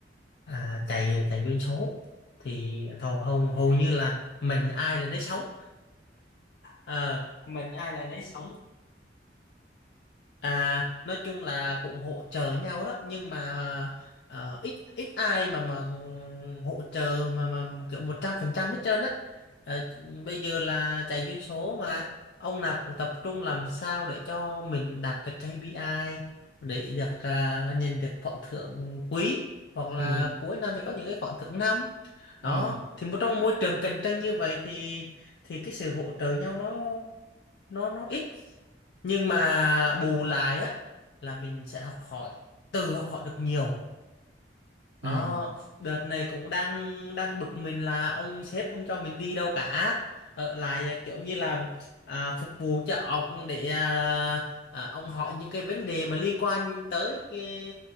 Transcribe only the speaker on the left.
à, chạy chạy doanh số thì thầu hầu hầu như là mình ai là nấy sống Ờ, mình ai là nấy sống À, nói chung là cũng hỗ trợ nhau đó nhưng mà ờ, ít ít ai mà mà ừ, hỗ trợ mà mà kiểu một trăm phần trăm hết trơn á Ờ, bây giờ là chạy doanh số mà ông nào cũng tập trung làm sao để cho mình đạt được KPI để được à, nhìn được khoản thưởng quý hoặc là
cuối năm thì có những cái khoản thưởng năm đó
thì một trong môi trường cạnh tranh như vậy thì thì cái sự hỗ trợ nhau nó nó nó ít nhưng mà bù lại á là mình sẽ học hỏi từ học hỏi được nhiều
đó đợt này cũng đang đang bực mình là ông sếp không cho mình đi đâu cả ở lại à, kiểu như là à, phục vụ cho ông để à, à, ông hỏi những cái vấn đề mà liên quan tới cái